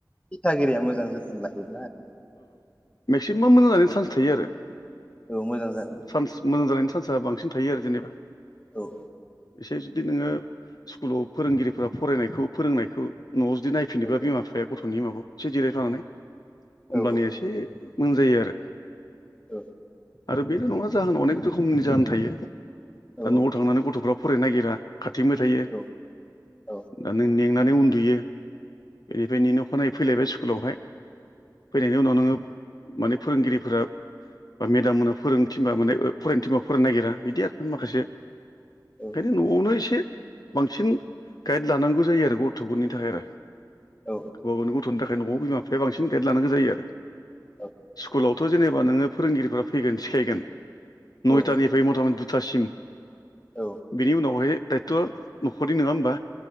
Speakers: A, on the left (about 15°); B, on the left (about 60°).
A: दिथागिरिया मोजां जोथोन लाहैबाय
B: मेक्सिमाम मोजां जानायनि
A: अब्ला
B: चान्स थायो आरो
A: औ मोजां जानाय
B: चान्स मोजां जानायनि चान्सआ बांसिन थायो आरो जेनेबा
A: औ औ
B: एसे जुदि नोङो स्कुलाव फोरोंगिरिफोरा फरायनायखौ फोरोंनायखौ न'आव जुदि नायफिनोबब्ला
A: औ
B: बिमा बिफाया गथ'नि माबाखौ एसे जिरायफानानै होमब्लानो
A: औ
B: एसे मोनजायो आरो
A: औ
B: आरो बेल' नङा जाहोनाव अनेक रोखोमनि जाहोन थायो
A: औ
B: दा न'आव थांनानै गथ'फ्रा फरायनो नागिरा खारथिंबाय थायो
A: औ औ
B: दा नों मेंनानै उन्दुयो बेनिफ्राय नेनो अखानायै फैलायबाय स्कुलावहाय फैनायनि उनाव नोङो माने फोरोंगिरिफोरा बा मेदाम मोननो फोरों थिनबा माने फरायनो थिनबा फरायनो नागिरा बिदि आरो माखासे ओंखायनो
A: औ
B: न'आवनो एसे बांसिन गाइड लानांगौ जायो आरो गथ'फोरनि थाखाय आरो
A: औ
B: गावबा गावनि गथ'नि थाखाय न'आव बिमा बिफाया बांसिन गेद लानांगौ जायो आरो
A: औ
B: स्कुलाव थ' जेनेबा नोङो फोरोंगिरिफ्रा फैगोन सिखायगोन
A: औ
B: नयथानिफ्राय मथा मथि दुथासिम
A: औ
B: बेनि उनावहाय दायतथ'आ न'खरनि नङा होमबा